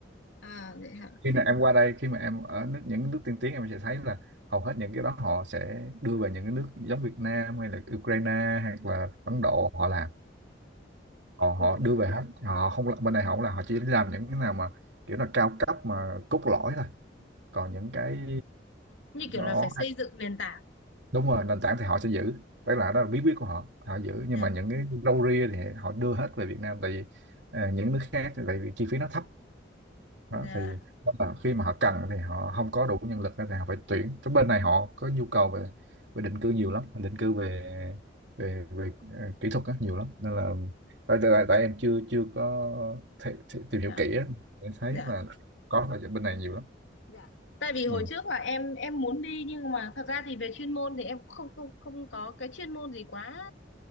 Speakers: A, on the left; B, on the right.
A: à vậy hả
B: khi mà em qua đây khi mà em ở nước, những nước tiên tiến em sẽ thấy là hầu hết những cái đó họ sẽ đưa về những cái nước giống Việt Nam hay là Ukraine hoặc là Ấn Độ họ làm họ họ
A: ừ.
B: đưa về hết họ không là- bên này họ không là họ chỉ làm những cái nào mà kiểu là cao cấp mà cốt lõi thôi còn những cái
A: như kiểu
B: đó
A: là phải xây dựng nền tảng
B: đúng rồi nền tảng thì họ sẽ giữ tức là đó là bí quyết của họ họ giữ nhưng
A: dạ
B: mà những cái râu ria thì họ đưa hết về Việt Nam tại vì ờ, những nước khác thì tại vì chi phí nó thấp
A: dạ
B: đó, thì đó là khi mà họ cần thì họ không có đủ nhân lực thì họ phải tuyển cái bên này họ có nhu cầu về về định cư nhiều lắm định cư về về về ờ, kỹ thuật á, nhiều lắm nên là tại tại, tại em chưa chưa có thể, thể, tìm
A: dạ
B: hiểu kỹ á, để thấy
A: dạ
B: là có là bên này nhiều lắm
A: dạ tại vì hồi
B: ừ.
A: trước là em em muốn đi nhưng mà thật ra thì về chuyên môn thì em cũng không không không có cái chuyên môn gì quá